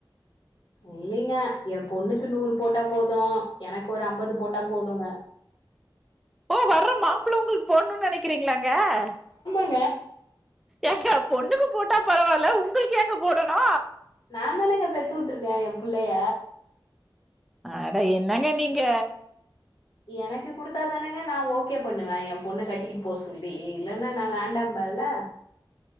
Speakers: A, on the left (about 60°); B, in the centre.
A: இல்லங்க என் பொண்ணுகு நூறு போட்டா போது எனகு ஒரு அம்பது போட்டா போதுங்க
B: ஓ வர்ற மாப்பிள உங்களுக்கு போடுனும்னு நினைக்கிறீங்களாங்க ஏ
A: ங்க
B: ஏங்க பொண்ணுக்கு போட்டா பரவாயில்ல உங்களுக்கு ஏங்க போடணு
A: நா தானேனுங்க பெத்து வுட்டுருக்கே என் புள்ளைய
B: அட என்னங்க நீங்க
A: எனக்கு குடுத்தாதானுங்க நா ஓகே பண்ணுவே என் பொண்ணு கட்டிக்கிட்டு போ சொல்லி இல்லைன்னா நா வேண்டாம்பெல்ல